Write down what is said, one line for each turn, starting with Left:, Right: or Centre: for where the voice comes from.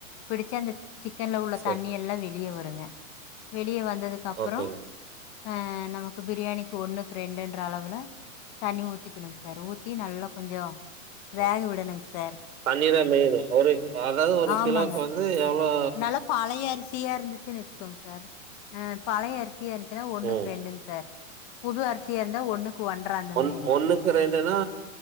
Left: பிடிச்சி அந்த சி க்கன்ல உள்ள
Right: சரி.
Left: தண்ணி எல்லா வெளிய வருங்க வெளிய வந்ததுக்கு அப்றோ
Right: ஓகேங்க.
Left: அ நமக்கு பிரியாணிக்கி ஒண்ணுக்கு ரெண்டுன்ற அளவுல தண்ணி ஊத்திக்கணுங் சர் ஊத்தி நல்லா கொஞ்சோ வேக
Right: ஓ
Left: விடணுங்க சார்
Right: தண்ணீதா மெயினு ஒரு அதாது ஒரு
Left: ஆமாங்க
Right: கிலோக்கு வந்து எவ்ளோ
Left: நல்லா பழைய அரிசியா இருந்துச்சின் வச்சிக்கொங்க சார் அ பழைய அரிசியா இருந்திச்சினா ஒன்னுக்கு
Right: ம்.
Left: ரெண்டுங்க சார் புது அரிசியா இருந்தா ஒண்ணுக்கு ஒன்ற
Right: ஒன்
Left: மாரிங்க
Right: ஒன்னுக்கு ரெண்டுனா